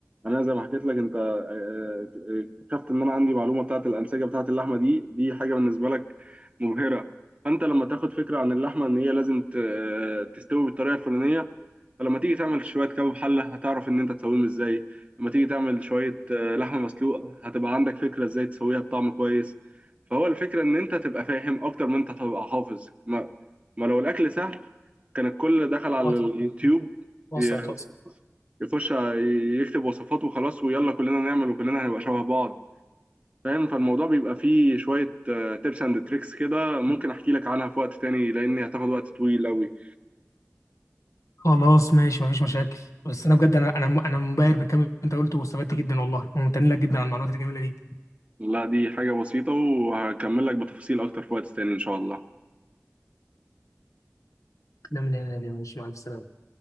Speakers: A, on the right; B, on the left.
A: أنا زي ما حكيت لك أنت آه، آه، اكتشفت إن أنا عندي معلومة بتاعة الأنسجة بتاعة اللحمة دي دي حاجة بالنسبة لك مبهرة فأنت لما تاخد فكرة عن اللحمة إن هي لازم ت- آه، تستوي بالطريقة الفلانية فلما تيجي تعمل شوية كباب حلة هتعرف إن أنت تسويهم إزاي لما تيجي تعمل شوية آه، لحمة مسلوقة هتبقى عندك فكرة إزاي تسويها بطعم كويس فهو الفكرة إن أنت تبقى فاهم أكتر من أنت تبقى حافظ ما, ما لو الأكل سهل كان الكل دخل على
B: وصلت
A: اليوتيوب
B: وصلت
A: ي-
B: وصلت
A: يخش يكتب وصفات وخلاص ويلا كلنا نعمل وكلنا هنبقى شبه بعض فاهم فالموضوع بيبقى فيه شوية تيبس اند تريكس كده ممكن أحكي لك عنها في وقت تاني لأن هتاخد وقت طويل أوي
B: خلاص ماشي مفيش مشاكل بس انا بجد انا انا انا منبهر بالكلام اللي انت قلته واستفدت جدا والله وممتن لك جدا على المعلومات الجميله دي
A: لا دي حاجة بسيطة وهكمل لك بتفاصيل أكتر في وقت تاني إن شاء الله
B: لا لا لا لا، مش مع السلامة